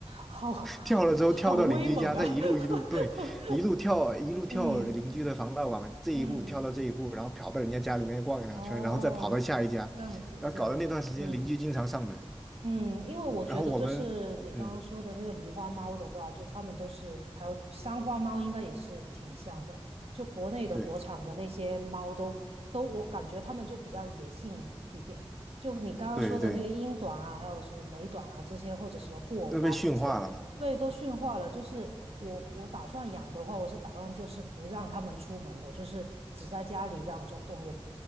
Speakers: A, on the right (about 75°); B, in the centre.
A: 好
B: 跳了之后跳到邻居家，
A: 好威猛啊！
B: 再一路一路对，
A: <laughs>
B: 一路跳一路跳邻居的防盗网，
A: 嗯
B: 这一户跳到这一户，
A: 嗯，
B: 然后跑到人家家里面逛两圈，
A: 哦，
B: 然后再跑到下一家，
A: 这样子这样子，
B: 然后搞得那段时间邻居经常上门，
A: 嗯嗯，因为我觉得就是你刚刚说的那个狸花猫的话，
B: 然后我们嗯，
A: 就它们都是，还有三花猫应该也是挺像的，就国内的国产的那些猫都都，
B: 对
A: 我感觉它们就比较野性一点。就你刚刚说的那个英短啊，
B: 对对，
A: 还有什么美短啊这些，或者什么布偶猫这些，
B: 就被驯化了嘛。
A: 对，都驯化了。就是我我打算养的话，我是打算就是不让它们出门的，就是只在家里这样走动。也